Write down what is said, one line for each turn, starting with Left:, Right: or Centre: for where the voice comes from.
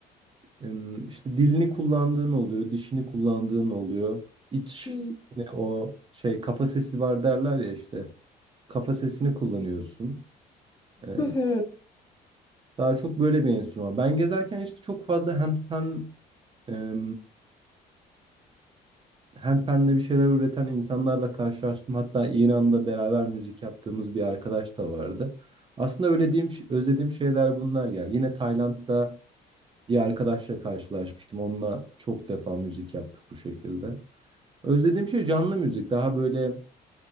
Right: e, işte dilini kullandığın oluyor, dişini kullandığın oluyor. İç
Left: Hı.
Right: ne o şey kafa sesi var derler ya işte. Kafa sesini kullanıyorsun. E,
Left: Hı hı.
Right: daha çok böyle bir enstrüman. Ben gezerken işte çok fazla handpan e, handpan'de bir şeyler üreten insanlarla karşılaştım. Hatta İran'da beraber müzik yaptığımız bir arkadaş da vardı. Aslında öylediğim, özlediğim şeyler bunlar ya. Yine Tayland'da bir arkadaşla karşılaşmıştım. Onunla çok defa müzik yaptık bu şekilde. Özlediğim şey canlı müzik. Daha böyle